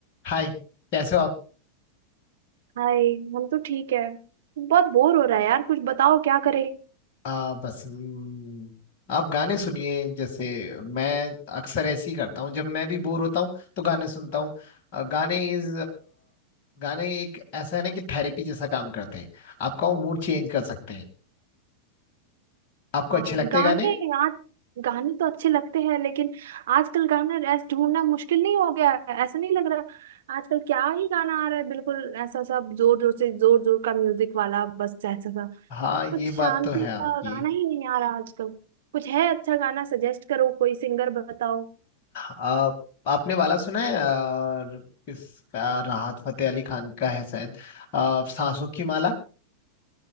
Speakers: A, on the left (about 40°); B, on the right (about 60°).
A: हाय कैसे हो आप
B: हाय हम तो ठीक है बहुत बोर हो रहा है यार कुछ बताओ क्या करें
A: आ, बस हम्म, आप गाने सुनिए जैसे मैं अक्सर ऐसे ही करता हूँ जब मैं भी बोर होता हूँ तो गाने सुनता हूँ अ, गाने इज गाने एक ऐसा है ना कि थेरेपी जैसा काम करते हैं आपका वो मूड चेंज कर सकते हैं आपको
B: हाँ
A: अच्छे लगते
B: गाने
A: हैं गाने
B: आज गाने तो अच्छे लगते हैं लेकिन आजकल गाना ऐसा ढूंढना मुश्किल नहीं हो गया है ऐसा नहीं लग रहा आजकल क्या ही गाना आ रहा है बिल्कुल ऐसा सब जोर जोर से जोर जोर का म्यूजिक वाला बस ऐसा सा
A: हाँ ये
B: कुछ शांति
A: बात तो है
B: सा
A: आपकी
B: गाना ही नहीं आ रहा आजकल कुछ है अच्छा गाना सजेस्ट करो कोई सिंगर बताओ
A: आ, आपने वाला सुना है आ, इसका राहत फतेह अली खान का है शायद आ, सांसों की माला